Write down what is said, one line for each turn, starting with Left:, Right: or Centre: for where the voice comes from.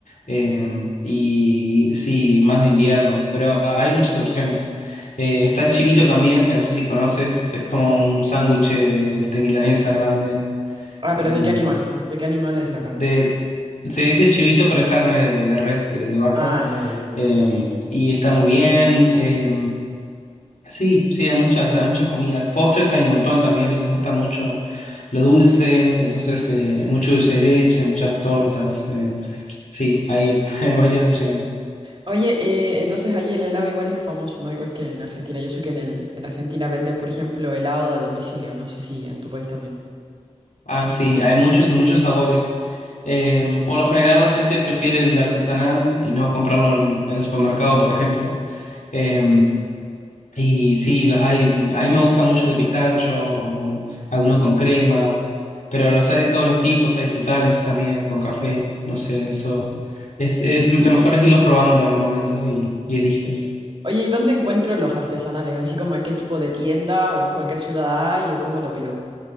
Left: eh, y sí, más de invierno, pero hay muchas opciones. Eh, está el chivito también, que no sé si conoces, es como un sándwich de, de milanesa grande,
Right: Ah,
Left: eh,
Right: pero ¿de qué animal? ¿De qué animal es la carne?
Left: de, se dice chivito, pero es carne de, de res, de de vaca.
Right: Ah, ya, ya, ya.
Left: Eh, y está muy bien. eh, Sí, sí, hay muchas, hay muchas comidas. Postres hay un montón también, les gusta mucho lo dulce, entonces eh, mucho dulce de leche, muchas tortas. eh, sí, hay, <laughs> hay varias opciones.
Right: Oye, eh, entonces allí el helado igual es famoso, ¿no? Igual que en Argentina. Yo sé que en el, en Argentina venden, por ejemplo, helado de domicilio. No sé si en tu país también.
Left: Ah, sí, hay muchos y muchos sabores. Eh, por lo general la gente prefiere el artesanal y no comprarlo en, en el supermercado, por ejemplo. Eh, Y sí, los hay. A mí me gusta mucho el de pistacho, o alguno con crema, pero los hay de todos los tipos, hay frutales también, con café, no sé, eso. Este, es- lo mejor es irlos probando en el momento y, y eliges.
Right: Oye, ¿y dónde encuentro los artesanales? Así como en qué tipo de tienda o en cualquier ciudad hay o cómo lo pido.